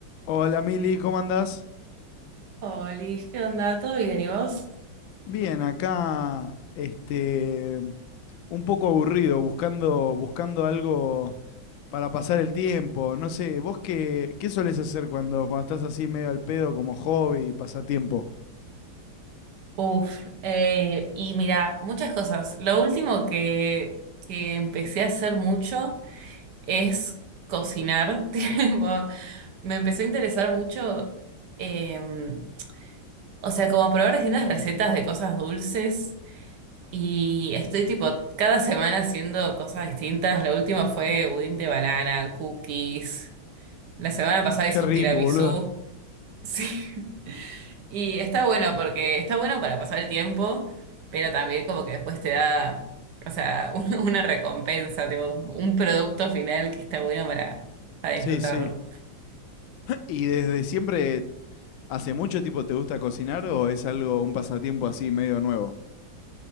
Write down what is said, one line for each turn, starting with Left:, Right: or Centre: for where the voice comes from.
Left: Hola Mili, ¿cómo andás?
Right: Oli, ¿qué onda? ¿Todo bien? ¿Y vos?
Left: Bien, acá, este, un poco aburrido, buscando, buscando algo para pasar el tiempo. No sé, ¿vos qué, qué solés hacer cuando, cuando estás así medio al pedo como hobby, pasatiempo?
Right: Uf, eh, y mira, muchas cosas. Lo último que, que empecé a hacer mucho es cocinar. <laughs> Tipo, me empezó a interesar mucho, em, o sea, como probar distintas recetas de cosas dulces. Y estoy tipo cada semana haciendo cosas distintas. Lo último fue budín de banana, cookies. La semana pasada
Left: Qué
Right: hice
Left: rico,
Right: un tiramisú.
Left: boludo.
Right: <laughs> Sí. Y está bueno porque está bueno para pasar el tiempo, pero también como que después te da, o sea, <laughs> un- una recompensa, tipo un producto final que está bueno para, para
Left: Sí,
Right: disfrutarlo.
Left: sí. ¿Y desde siempre, hace mucho tiempo te gusta cocinar o es algo, un pasatiempo así medio nuevo?